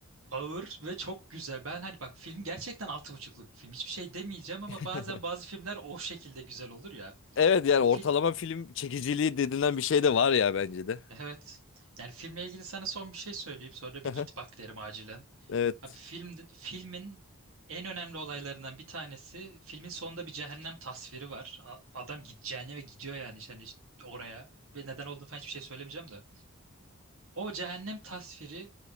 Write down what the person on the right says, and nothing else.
ağır ve çok güzel. Ben hani bak film gerçekten altı buçukluk bir film. Hiçbir şey demeyeceğim ama
bazen bazı filmler o şekilde güzel olur ya.
Ya film
Evet. Yani filmle ilgili sana son bir şey söyleyeyim. Sonra da
bir git bak derim acilen.
Abi film, filmin en önemli olaylarından bir tanesi filmin sonunda bir cehennem tasviri var. A- Adam git cehenneme gidiyor yani işte hani işte oraya ve neden olduğunu falan hiçbir şey söylemeyeceğim de. O cehennem tasviri